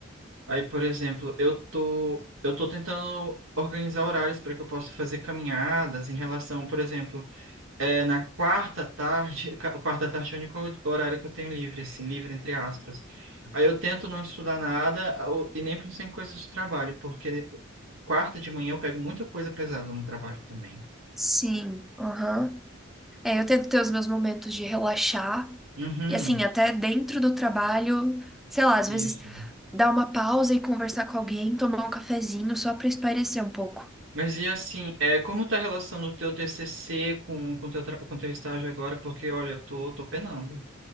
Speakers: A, on the right; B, in the centre.
A: Aí, por exemplo, eu tô, eu tô tentando organizar horários para que eu possa fazer caminhadas em relação, por exemplo, É, na quarta tarde, <laughs> ca- quarta tarde é o único horário que eu tenho livre, assim, livre entre aspas. Aí eu tento não estudar nada ou- e nem pensar em coisas de trabalho, porque quarta de manhã eu pego muita coisa pesada no trabalho também.
B: Sim, aham. É, eu tento ter os meus momentos de relaxar.
A: Uhum,
B: E assim, até dentro do trabalho, sei lá, às
A: isso.
B: vezes dar uma pausa e conversar com alguém, tomar um cafezinho só pra espairecer um pouco.
A: Mas e assim, é, como tá a relação do teu TCC com o teu, tra- com teu estágio agora? Porque, olha, eu tô, tô penando.